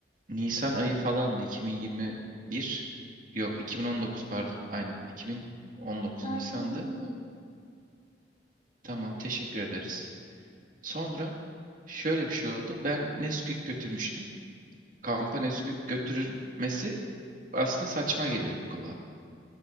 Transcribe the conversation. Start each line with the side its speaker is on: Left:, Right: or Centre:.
Right: Nisan ayı falandı 2021 yok 2019 pardon aynen 2019
Left: Tarih
Right: Nisan'dı.
Left: önemli değil.
Right: Tamam teşekkür ederiz. Sonra şöyle bir şey oldu. Ben Nesquik götürmüştüm. Kampa Nesquik
Left: Hı hı.
Right: götürülmesi aslında saçma geliyor kulağa.